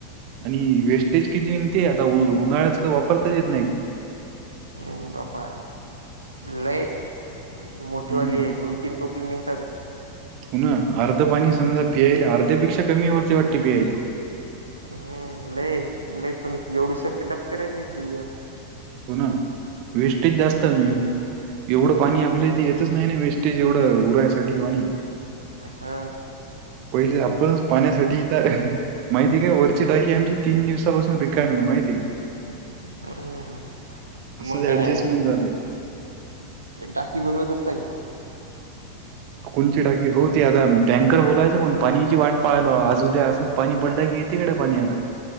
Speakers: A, on the right; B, on the right.
A: आणि वेस्टेज किती निघते? आता उन्हाळ्याच तर वापरताच येत नाही ते.
B: हम्म बापा लई. मोठीवाली
A: हम्म
B: हे दोन, तीन टोपली निघतात.
A: हो ना. अर्ध पाणी समजा पियला, अर्ध्यापेक्षा कमी वरती वाटते पियाले.
B: हम्म. लई लईक म एवढू शकते टडप कराय त
A: हो ना. वेस्टेज जास्त नाही ओ. एवढं पाणी आपल्या इथ येतच नाही ना वेस ते जेवढं उरायसाठी पाणी.
B: हा.
A: पहिले आपण पाण्यासाठी इथं माहिती काय वरची टाकी आमची तीन दिवसापासून रिकामी आहे माहिती
B: हम्म हम्म.
A: असंच
B: मंग काय?
A: ऍडजस्टमेंट झाले
B: टाकी बोलवत असताय.
A: कोणची टाकी हो ते. आता टँकर बोलायचं पण पाण्याची वाट पाहालो आज, उद्या असं. पाणी पडलं की इ ततीकडे पाणी आता